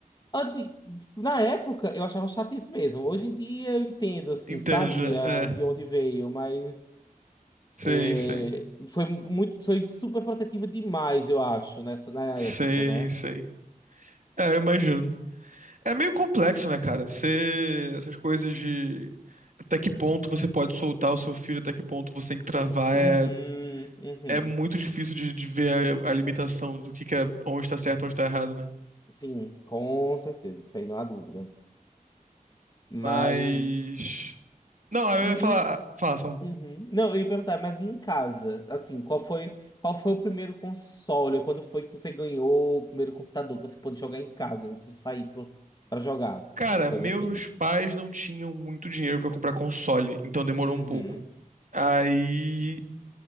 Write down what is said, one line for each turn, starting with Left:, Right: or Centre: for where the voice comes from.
Left: Antes, na época eu achava chato isso mesmo. Hoje em dia eu entendo assim,
Right: Entende,
Left: sabe,
Right: né?
Left: a,
Right: É,
Left: de onde veio, mas
Right: sim,
Left: eh,
Right: sim.
Left: foi muito, foi super protetiva demais, eu acho, nessa na
Right: Sim,
Left: época, né?
Right: sim. É, eu imagino. É meio complexo, né, cara? Você- Essas coisas de até que ponto você pode soltar o seu filho, até que ponto você tem que travar,
Left: Uhum,
Right: é,
Left: uhum.
Right: é muito difícil de, de ver a, a limitação do que, que é onde tá certo, onde tá errado, né?
Left: Sim, com certeza, isso aí não há dúvida. Mas.
Right: Mas. Não, aí
Left: E,
Right: eu ia falar. Fala, fala.
Left: e- uhum. Não, eu ia perguntar, mas em casa, assim, qual foi, qual foi o primeiro console? Ou quando foi que você ganhou o primeiro computador que você pôde jogar em casa? Não precisa sair pro, pra jogar.
Right: Cara,
Left: Uma coisa
Right: meus
Left: assim.
Right: pais não tinham muito dinheiro pra comprar console, então demorou
Left: Uhum,
Right: um pouco. Aí.